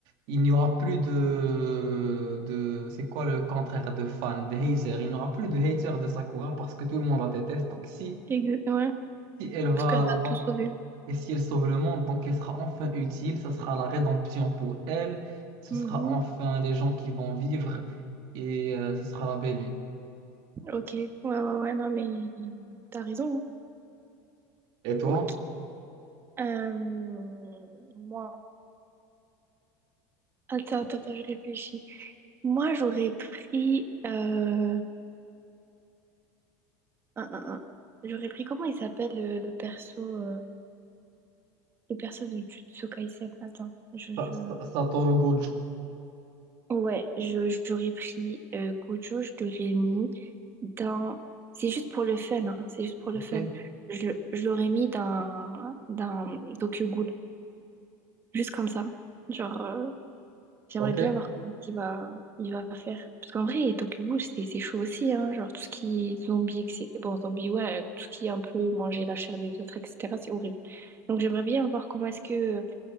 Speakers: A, on the right (about 60°); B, on the right (about 25°).
A: il n'y aura plus de, de... C'est quoi le contraire de fan, de hater? Il n'y aura plus de hater de Sakura parce que tout le monde la déteste. Donc si,
B: Exa- ouais,
A: si elle va
B: parce qu'elle va
A: là-bas
B: tout sauver.
A: et si elle sauve le monde, donc elle sera enfin utile. Ça sera la rédemption pour elle. Ce
B: Mhm.
A: sera enfin les gens qui vont vivre et euh, ce sera la belle vie.
B: Ok, ouais, ouais, ouais, non, mais t'as raison. hein.
A: Et toi?
B: Ok. Euh, moi, Attends, attends, attends, je réfléchis. Moi, j'aurais pris. euh, un, un, un. J'aurais pris. Comment il s'appelle le, le perso euh, le perso de Jujutsu Kaisen? Attends, je,
A: Sa-
B: je...
A: Sa- Satoru Gojo.
B: Ouais, je, j'aurais pris euh, Gojo, je l'aurais mis dans. C'est juste pour le fun, hein, c'est juste pour le
A: OK?
B: fun. Je, je l'aurais mis dans, dans Tokyo Ghoul, juste comme ça. Genre, euh, J'aimerais
A: OK?
B: bien voir comment il va, il va faire. Parce qu'en vrai, Tokyo Ghoul, c'est c'est chaud aussi, hein. Genre, tout ce qui est zombie, etc. Bon, zombie, ouais, tout ce qui est un peu manger la chair des autres, etc., c'est horrible. Donc, j'aimerais bien voir comment est-ce que euh,